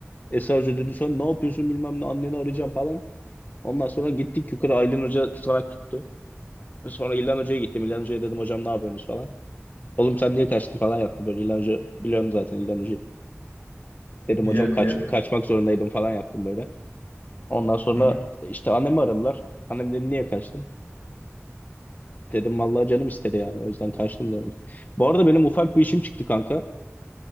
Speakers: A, on the left; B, on the left.
A: Esra Hoca dedi sonra ne yapıyorsun bilmem ne anneni arayacağım falan. Ondan sonra gittik yukarı Aylin Hoca tutanak tuttu. Sonra İlhan Hoca'ya gittim. İlhan Hoca'ya dedim hocam ne yapıyorsunuz falan. Oğlum sen niye kaçtın falan yaptı böyle. İlhan Hoca biliyorum zaten İlhan Hoca'yı. Dedim
B: Biliyorum
A: hocam kaç,
B: biliyorum.
A: kaçmak zorundaydım falan yaptım böyle. Ondan sonra
B: Hı hı.
A: işte annemi aradılar. Annem dedi niye kaçtın? Dedim vallahi canım istedi yani o yüzden kaçtım dedim. Bu arada benim ufak bir işim çıktı kanka.